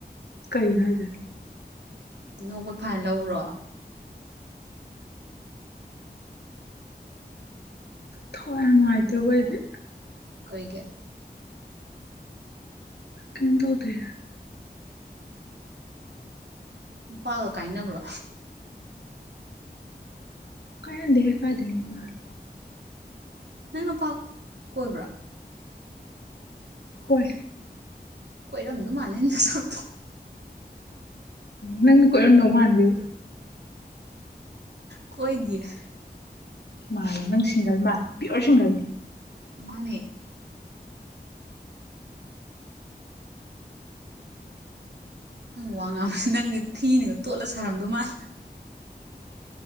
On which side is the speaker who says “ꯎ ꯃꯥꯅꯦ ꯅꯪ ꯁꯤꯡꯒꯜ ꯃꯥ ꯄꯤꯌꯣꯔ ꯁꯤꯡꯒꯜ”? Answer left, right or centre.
Left